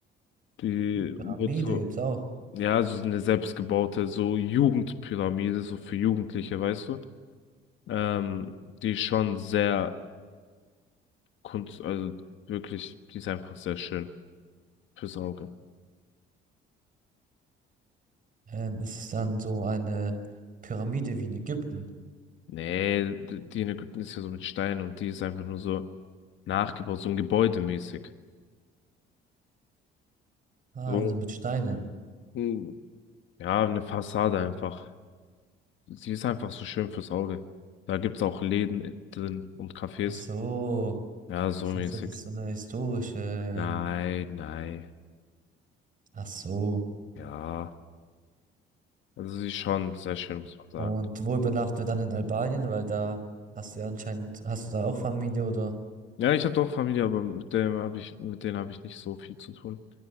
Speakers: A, on the left; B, on the right.
A: Die
B: Pyramide
A: wird so,
B: gibt es auch.
A: ja, so eine selbstgebaute, so Jugendpyramide, so für Jugendliche, weißt du? Ähm, die ist schon sehr kunst, also wirklich, die ist einfach sehr schön fürs Auge.
B: Ähm, ist es dann so eine Pyramide wie in Ägypten?
A: Nee, d- die in Ägypten ist ja so mit Stein und die ist einfach nur so nachgebaut, so ein Gebäudemäßig.
B: Ah,
A: So,
B: also mit Steinen.
A: hm, ja, eine Fassade einfach. Sie ist einfach so schön fürs Auge. Da gibt's auch Läden drin und Cafés.
B: Ach so.
A: Ja, so
B: Ich
A: mäßig.
B: dachte, das ist so eine historische. Ähm,
A: Nein, nein.
B: ach so.
A: Ja. Also sie ist schon sehr schön, muss man sagen.
B: Und wo übernachten wir dann in Albanien? Weil da hast du ja anscheinend, hast du da auch Familie oder?
A: Ja, ich habe doch Familie, aber mit dem habe ich, mit denen habe ich nicht so viel zu tun.